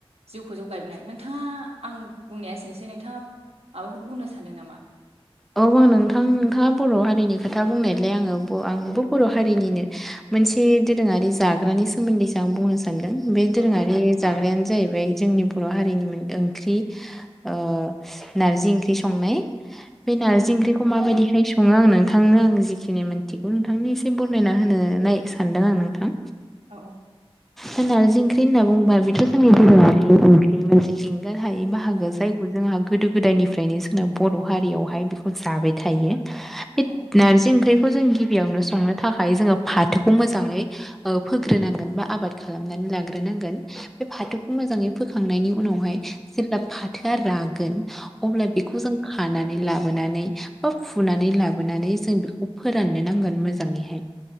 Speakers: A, on the right; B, in the centre.
A: जिउखौ जौगायबोनो नोंथाङा आं बुंनाया एसेनोसै नोंथाङा माबाफोर बुंनो सानदों नामा?
B: औ आं नोंथां नोंथाङा बर' हारिनि खोथा बुंनायलाय आङो आंबो बर' हारिनिनो मोनसे दोरोङारि जाग्रानि सोमोन्दैसो आं बुंनो सानदों बे
A: औ
B: दोरोङारि जाग्रायानो जाहैबाय जोंनि बर' हारिनि ओंख्रि ओ नारजि ओंख्रि संनाय। बे नारजिओंख्रिखौ
A: औ
B: माबायदिहाय संङो आंनो नोंथांनो आं जिखिनि मोनथिगौ नोंथांनि एसे बरनायना होनोनाय सानदों आं नोंथां।
A: औ
B: दा नारजि ओंख्रि होनना बुंब्ला बेथ' जोंनि दोरोंआरि ओंख्रि मोनसे एंगार हायै बाहागो
A: औ
B: जायखौ जोंहा गोदो गोदायनिफ्रायनो जोंना बर' हारियावहाय बेखौ जाबाय थायो। बे
A: औ
B: नारजि ओंख्रि जों गिबियावनो संनो थाखाय जोङो फाथोखौ मोजाङै फोग्रोनांगोन बा आबाद खालामनानै लाग्रोनांगोन बे फाथोखौ मोजाङै फोखांनायनि उनावहाय जेब्ला फाथोआ रागोन अब्ला बेखौ जों खानानै लाब बोनानै बा फुनानै लाबोनानै जों बेखौ फोराननो नांगोन मोजाङैहाय।